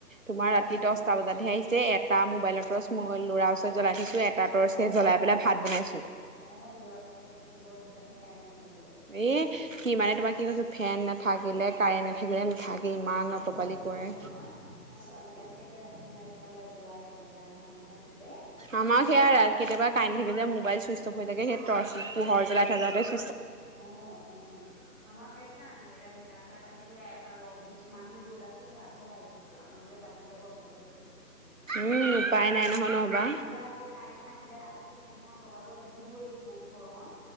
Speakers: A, on the right; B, in the centre.
A: তোমাৰ
B: অ
A: ৰাতি দছটা বজাতহে আহিছে এ। এটা মোবাইলৰ টৰ্চ মই ল'ৰা ওচৰত জ্বলাই থৈছো এটা টৰ্চ
B: অ
A: জ্বলাই পেলাই ভাত বনাইছোঁ।
B: অ', লৰাক চাগে ৰাখিবলৈ বৰ দিগদাৰ হয় কাইট নাথাকিলে।
A: এ কি মানে তোমাৰ কি কৈছে ফেন নাথাকিলে কাৰেণ্ট নাথাকিলে নাথাকে, ইমান
B: অ
A: অটপালি
B: আমাৰো
A: কৰে।
B: নহয় আমাৰ ছোৱালীৰ কাৰণে এতিয়া ৰাতি লাইট এটা জ্বলাই থব লাগে, আন্ধাৰ মুন্ধাৰে নুশুৱে।
A: আমাৰ সেয়া ৰা কেতিয়াবা কাৰেন থাকি যে মোবাইল ছুইচ অফ হৈ থাকে। সেই টৰ্চ পোহৰ জ্বলাই থ যাতেই
B: অ', অ'। আমাৰ সেইটো কাৰণে, এটা ইনভাৰটাৰ কালিহে এটা লাইট দিছো মানুহ য'ত আছো তাতহে লাইট দিছো আৰু নহলে বাকী এতিয়া বন্ধ কৰি থৈ দিছো।
A: উম, উপায় নাই নহয় নহ'বা।
B: নহলে আকৌ কাৰেণ্টটো নাহিলে ৰাতিতটো ফেনখন লগাব লাগিবই ইমান গৰম।